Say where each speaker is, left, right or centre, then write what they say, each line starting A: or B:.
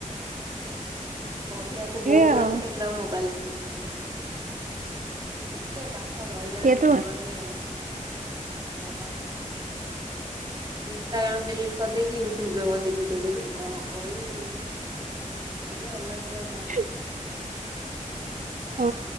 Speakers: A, on the right; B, on the right.
A: ପଢିଆକୁ ବହୁତ
B: ଯିବେ ଆଉ
A: ଅଛି ଦେଖିଲା ‌ବେଳକୁ ମୋବାଇଲ ଚିପୁଚି କେତେ ପା ଠ ରହିଲାଣି
B: କେତୁ
A: ଜୀବନରେ ହଁ ବା। ଇନସଟାଗ୍ରାମ ଡିଲିଟ କରିଦେଇକି ୟୁଟ୍ୟୁବ ରେ ବସି ଭିଡିଓ ଦେଖୁଛିୁ କଣ କହିବୁ। ଏଡେ ଅଲଜ୍ୟା ଟା।
B: ହ ହଁ